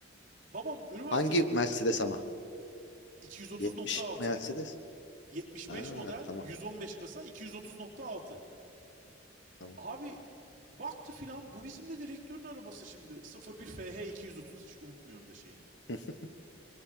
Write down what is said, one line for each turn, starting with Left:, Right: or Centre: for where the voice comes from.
Right: Babam üniversitede
Left: Hangi Mercedes ama?
Right: 230.6.
Left: 70 Mercedes?
Right: 75
Left: Ha
Right: model
Left: tamam
Right: 115 kasa 230.6.
Left: tamam.
Right: Abi baktı filan bu bizim de direktörün arabası şimdi 01 FH 230 hiç unutmuyorum da şeyini.
Left: <laughs>